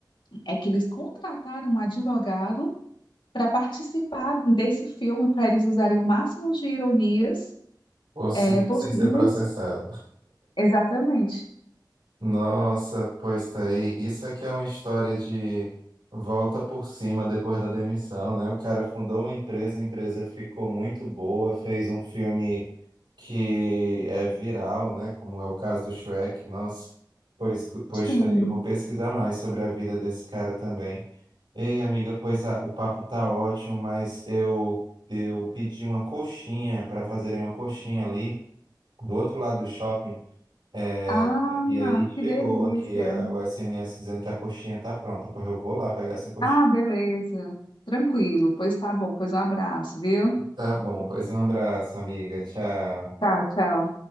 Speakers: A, on the left; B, on the right.
A: é que eles contrataram um advogado para participar desse filme, para eles usarem o máximo de ironias
B: possível
A: é, possíveis.
B: sem ser processado.
A: Exatamente.
B: Nossa, pois tá aí. Isso aqui é uma história de volta por cima depois da demissão, né? O cara fundou uma empresa, a empresa ficou muito boa, fez um filme que é viral, né? Como é o caso do Shrek. Nossa, pois, pois
A: Sim.
B: tá aí. Eu vou pesquisar mais sobre a vida desse cara também. Ei, amiga, pois a- o papo tá ótimo, mas eu, eu pedi uma coxinha para fazerem uma coxinha ali do outro lado do shopping. É,
A: Ah,
B: é, e aí
A: que
B: chegou
A: delícia.
B: aqui a- o SMS dizendo que a coxinha tá pronta. Porra, eu vou lá pegar essa coxinha.
A: Ah, beleza. Tranquilo. Pois tá bom. Pois um abraço, viu?
B: Tá bom, pois um abraço, amiga. Tchau.
A: Tchau, tchau.